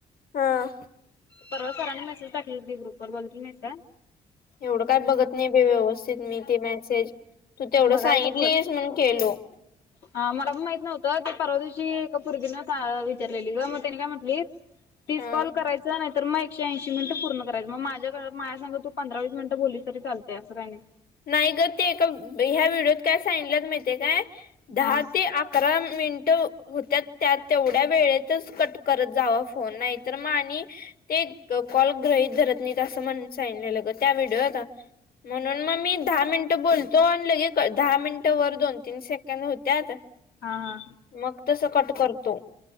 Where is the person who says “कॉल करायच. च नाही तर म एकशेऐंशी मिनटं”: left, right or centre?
Left